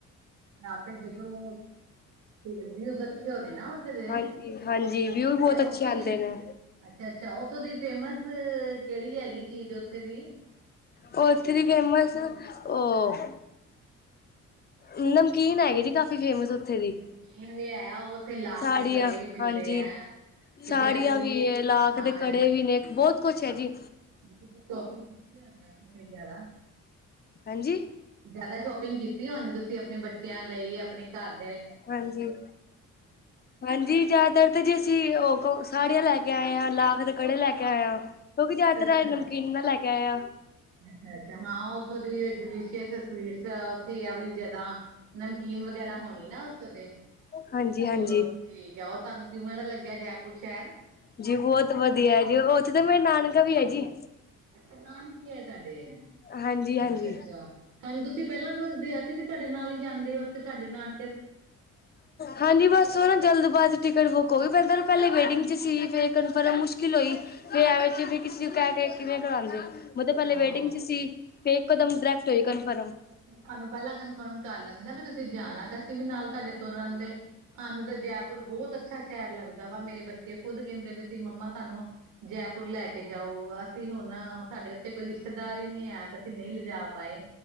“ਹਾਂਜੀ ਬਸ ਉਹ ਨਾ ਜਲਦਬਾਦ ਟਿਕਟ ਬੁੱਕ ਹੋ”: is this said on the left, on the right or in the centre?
Left